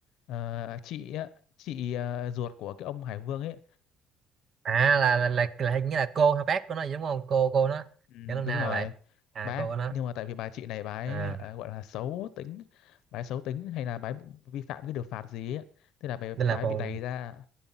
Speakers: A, on the left; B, on the right.
A: ờ, chị á, chị ờ, ruột của cái ông hải vương ấy
B: à là là là, là hình như là cô hay bác của nó gì đúng không cô cô nó
A: Ừ,
B: cho nên
A: đúng
B: là
A: rồi
B: vậy à
A: bác
B: cô của nó
A: nhưng mà tại vì bà chị này bà ấy
B: à
A: à, gọi là xấu tính bà ấy xấu tính hay là bà ấy vi phạm cái điều phạt gì ấy. thế là bà,
B: nên là
A: bà
B: phù
A: ấy bị đày ra